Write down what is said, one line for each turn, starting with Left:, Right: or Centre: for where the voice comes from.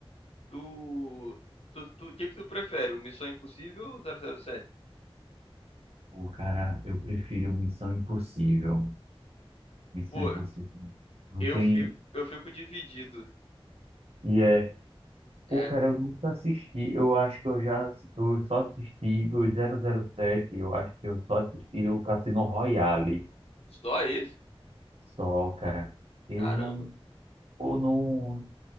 Left: tu, tu, tu, o que que tu prefere, o Missão Impossível ou 007?
Right: Pô, cara, eu prefiro Missão Impossível. Missão
Left: Pô,
Right: Impossível. Não
Left: Eu
Right: tem.
Left: fico, eu fico dividido.
Right: E é.
Left: É,
Right: Pô, cara, eu nunca assisti. Eu acho que eu já. Eu só assisti do zero zero sete Eu acho que eu só assisti o Cassino Royale.
Left: só esse?
Right: Só, cara. Eu
Left: Caramba.
Right: não. Ou não.